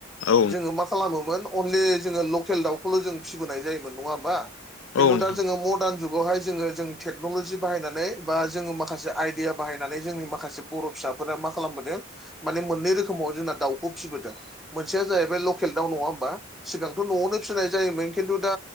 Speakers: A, on the left; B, in the centre.
A: औ
B: जोङो मा खालामोमोन न ज लकेल दाउखौ ज' जों फसिोनाय जायोन नङा ह होनबा खिथु
A: औ नोंथां औ नोंथां
B: दा जो मदार्न जुावहाय जोङो जोङो टेक्न'लजि बायनानै बा जोङो माखसेइडिया बायनानै जोंनि माखासे बर' फिसा मा खालामदों माने मोनै रोखोमनि समाव जोंना दाउखौ फिबोदों मोनसेया जाहैबाय लकेल दाउ नङा होमबा? सिगांथ' न'आवनो फिसिनाय जायोमोन खिन्थु दा